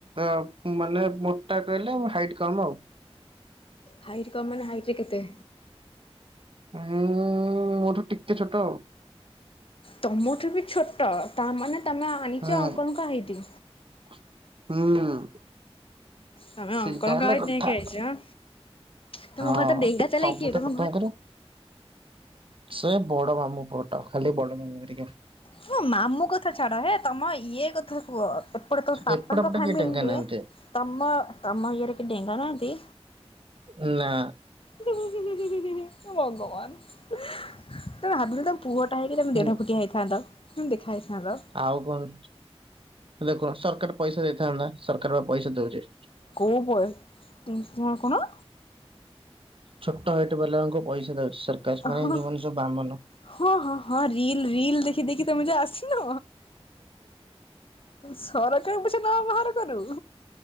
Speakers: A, on the right; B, on the left.
A: ଅ ମାନେ ମୋଟା କହିଲେ ଆ ହାଇଟ୍ କମ ଆଉ
B: ହାଇଟ୍ କ ମାନ ହାଇଟ ରେ କେତେ
A: ମୁଁ ମୋ ଠୁ ଟିକେ ଛୋଟ ଆଉ
B: ତୁମଠୁ ବି ଛୋଟ ତାମାନୋନେ ତୁମେ
A: ଆଉ
B: ଆଣିଛ ଅଙ୍କଲଙ୍କ ହେଇଦି
A: ହୁଁ
B: ତମେ
A: ସେଇଟା
B: ଅଙ୍କଲଙ୍କ
A: ହେଲା
B: ହାଇଟ୍
A: କଥା
B: ନେଇକି ଆଇଛ ଆଁ। ତମ
A: ହଁ
B: ଘର ତ ଡେଙ୍ଗା ଚାଲାକି
A: ସବୁ
B: କିଏ
A: ତ
B: ତମ
A: ପ୍ରଥମଙ୍କର
B: ଘର
A: ସେ ବଡ ବାାମଁ ପଟ ଖାଲି ବଡ ମ
B: ହଁ ମାମୁଁ କଥା ଛାଡ଼ ହେ ତମ ଇଏ କଥା କୁହ ଏପଟ ତମ ପାପାଙ୍କ
A: ଏପଟ ପଟେ
B: ଫ୍ୟାମିଲିରେ
A: କେହି ଡେଙ୍ଗା ନାହାନ୍ତି
B: ତମ ତମ ଇୟରେ କି ଡେଙ୍ଗା ନାହାନ୍ତି
A: ନା
B: ଭବାନ ତ ହାବିଲ ତ ପୁଅଟା ହେଇକି ତମେ
A: ହୁଁ
B: ଦେ଼ ଫୁଟିଆ ହୋଇଥାନ୍ ତ ଦେଖାହ ହୋଇଥାନ୍ତତା
A: ଆଉ କଣ ହେଲେ କ ସରକାର ପଇସା ଦେଇଥାନ୍ତା ସରକାର ବା ପଇସା ଦଉଛ
B: କଉ ପ ତୁମର କଣ
A: ଛୋଟ ହେଇଠି ପିଲାଙ୍କୁ ପଇସା ଦଉଛି ସରକାର
B: ହଁ
A: ମାନେ ଯୋଉମାନେ ସବୁ ବାମନ
B: ହଁ ହଁ ହଁ ରିଲ ରିଲ ଦେଖି ଦେଖି ତମେ ଯ ଆସିନ ସରକାରୀ ପଛେ ନ ବାହାର କରୁ